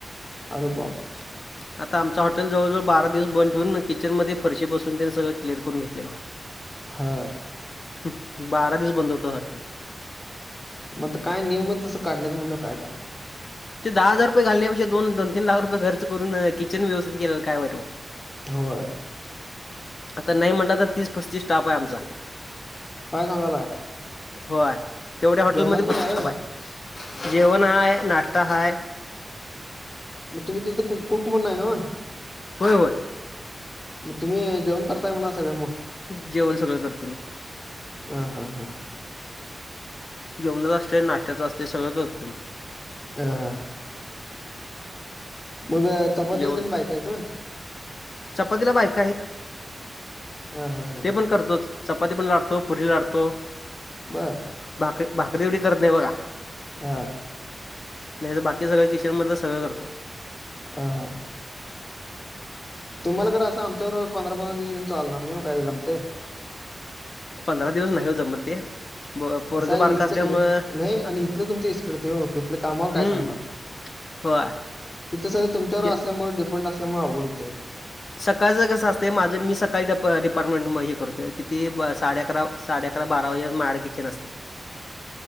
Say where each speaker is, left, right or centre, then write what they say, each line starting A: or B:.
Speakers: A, on the left; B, on the left.
A: अरे बापरे
B: <inaudible> आता आमच हॉटेल जवळजवळ बारा दिवस बंद ठेऊन किचनमध्ये फरशी बसवून तेन सगळ क्लिअर करून घेतलंय बघा <inaudible>
A: हा
B: हू बारा दिवस बंद होत हॉटेल
A: मग आता काय नियमच तसं काढल्यात म्हटल्यावर काय करणार
B: ते दहा हजार रुपय घालण्यापेक्षा दोन दोन तीन लाख रुपये खर्च करून किचन व्यवस्थित केलेल काय वाईट
A: हं! व्हय! !
B: आता नाही म्हटलं तर, तीस पस्तीस स्टाफ आहे, आमचा
A: काय सांगालाय?
B: होय! तेवढ्या हॉटेलमध्ये
A: जेवणाचं
B: पस्तीस
A: पण होय?
B: स्टाफ आहे जेवण हाय, नाश्ता हाय,
A: मग तुम्ही तिथे, कुक कुकम्हणून हाय नव्ह?
B: होय होय
A: मग तुम्ही जेवण करताय, म्हणा सगळे मग
B: जेवण सगळं करतो मी
A: ह! हा! हा! !
B: जेवणाच असते, नाशत्याचं असते, सगळं तं
A: ह! हा! ! मग चपातीला
B: जेवण
A: बायक आहेत का?
B: चपातीला बायक आहेत,
A: हां हां हां.
B: ते पण करतोच चपाती पण लाटतो, पुरी लाटतो
A: बर! !
B: भाकरी, भाकरी तेवढी करत नाही बघा!
A: हा! !
B: नाहीतर बाकी सगळं., किचन मधले सगळं करतो.
A: ह -हां! ! तुम्हाला खरं असं, आमच्या बरोबर पंधरा- पंधरा दिवस येऊन चालणार नाही मग., काही झाले तर
B: पंधरा दिवस., नाही हो! जमत मग ते ब पोरगं
A: कसं आहे
B: बारकं
A: इथलं,
B: असल्यामुळं
A: नाही, आणि इथलं तुचं इस्कत, इथलं कामावर काय
B: हम्म
A: सांगणार?
B: होय
A: इथं सगळे तुमच्यावर
B: ते
A: असल्यामुळे, डिपेंड असल्यामुळे, अवघड होत य!
B: सकाळचं कसं असत, माझं मी सकाळी डिपार्टमेंट म हे करतो किती साडे अकरा साडे अकरा, बारा वाजे पर्यंत माझ्याकडे किचन असते